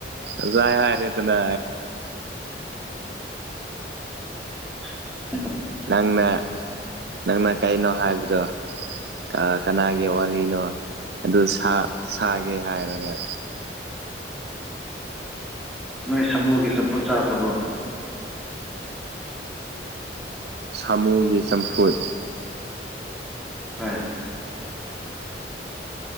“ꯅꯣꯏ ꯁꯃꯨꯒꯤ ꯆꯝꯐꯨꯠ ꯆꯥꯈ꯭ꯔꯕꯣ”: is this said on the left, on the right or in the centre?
Centre